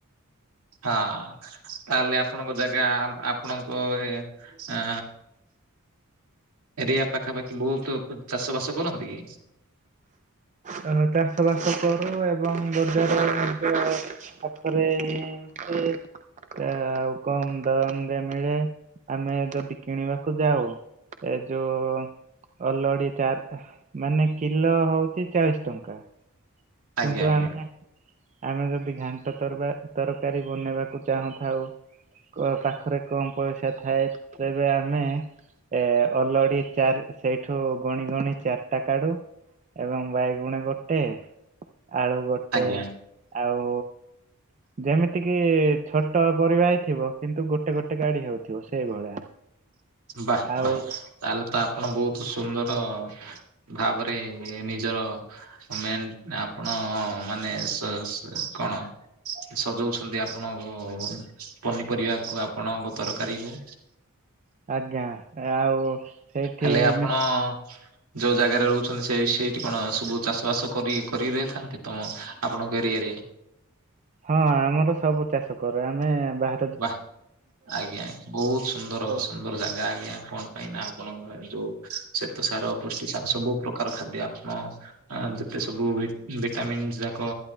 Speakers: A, on the right (about 85°); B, on the right (about 35°).
A: ହଁ। ତାହେଲେ ଆପଣଙ୍କ ଜାଗା ଆପଣଙ୍କ ଅ। ଏରିଆ ପାଖାପାଖି ବହୁତ ଚାଷ ବାସ କରନ୍ତି କି।
B: ଧାନ ଚାଷ ବାସ କରୁ ଏବଂ ବଜାର ମଧ୍ୟ ପାଖରେ ହିଁ ଏମତି ଆଉ କମ ଦମରେ ମିଳେ ଆମେ ଯଦି କିଣିବାକୁ ଯାଉ ଏ ଯୋଉ ଅଲାଡି ଚାର ମାନେ କିଲୋ ହଉ କିଲ ଚାଳିଶ ଟଙ୍କା
A: ଆଜ୍ଞା
B: କିନ୍ତୁ
A: ଆଜ୍ଞା
B: ଆମେ ଆମେ ଯଦି ଘାଣ୍ଟ ତର ତରକାରୀ ବନେଇବାକୁ ଚାହୁଁଥାଉ ପାଖରେ କମ୍ ପଇସା ଥାଏ ତେବେ ଆମେ ଏ ଅଲଡି ଚାର ସେଇଠୁ ଗଣି ଗଣି ଚାରିଟା କାଢୁ। ଏବଂ ବାଇଗୁଣ ଗୋଟେ। ଆଳୁ ଗୋଟେ
A: ଆଜ୍ଞା
B: ଆଉ ଯେମିତି କିି ଛୋଟ ପରିବା ହେଇଥିବ କିନ୍ତୁ ଗୋଟେ ଗୋଟେ ଗାଢି ହଉଥିବ ସେଇଭଳିଆ।
A: ବା
B: ଆଉ
A: ବା ତାହେଲେ ତ ଆପଣ ବହୁତ ସୁନ୍ଦର। ଭାବରେ ନିଜର। ମେନ ଆପଣ ମାନେ କଣ। ସଜାଉଛନ୍ତି ଆପଣଙ୍କ ପନିପରିବାକୁ ଆପଣଙ୍କ ତରକାରୀ କୁ
B: ଆଜ୍ଞା ଆଉ। ସେଇଠି
A: ହେଲେ ଆପଣ।
B: ମି-
A: ଯଉ ଜାଗାରେ ରହୁଛନ୍ତି ସେ ସେଇଠି କଣ ସବୁ ଚାଷ ବାସ କରି କରି ରହିଥାନ୍ତି ତମ ଆପଣଙ୍କ ଏରିଆରେ?
B: ହଁ ଆମର ସବୁ ଚାଷ କରୁ ଆମେ ବା
A: ବାଃ ଆଜ୍ଞା ଆ ବହୁତ ସୁନ୍ଦର
B: କରୁ।
A: ସୁନ୍ଦର ଜାଗା ଆଜ୍ଞା କଣ କାହିକି ନା ଆପଣଙ୍କ ଗାଁରେ ଯୋଉ ଶ୍ୱେତ ସାର ପୁଷ୍ଟି ସାର ସବୁ ପ୍ରକାର ଖାଦ୍ୟ ଆପଣ ଆ ଯେତେ ସବୁ ଭିଟାମିନ୍ ଯାକ